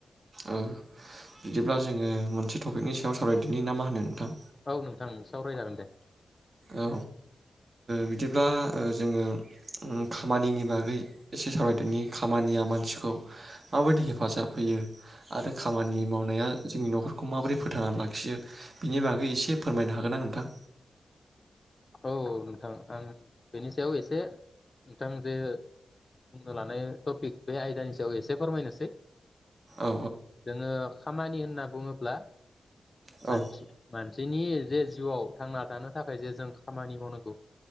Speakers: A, on the right (about 50°); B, on the left (about 30°).
A: ओ बिदिब्ला जोङो मोनसे टपिकनि सायाव सावरायदिनि ना मा होनो? नोंथां
B: औ नोंथां सावरायजागोन दे।
A: औ बिदिब्ला ओ जोङो उम खामानिनि बागै एसे सावरायदोंनि खामानिया मानसिखौ माबायदि हेफाजाब होयो आरो खामानि मावनाया जोंनि न'खरखौ माबोरै फोथांनानै लाखियो बिनि बागै एसे फोरमायनो हागोनना नोंथां?
B: औ नोंथां आं बेनि सायाव एसे नोंथां जे बुंनो लानाय टपिक बे आयदानि सायाव एसे फोरमायनोसै।
A: औ
B: जोङो खामानि होनना बुङोब्ला
A: औ
B: मानसि मानसिनि जे जिउआव थांना थानो थाखाय जे जों खामानि मावनांगौ।